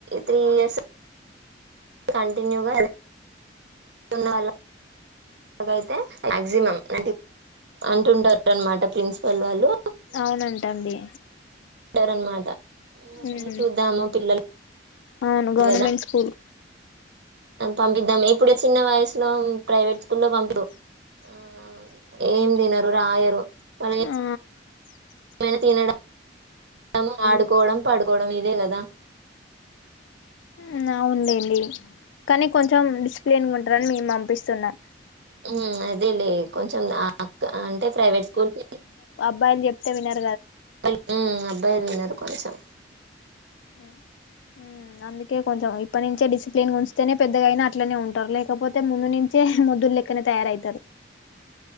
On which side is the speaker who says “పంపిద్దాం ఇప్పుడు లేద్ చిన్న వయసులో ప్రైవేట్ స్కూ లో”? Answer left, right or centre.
Right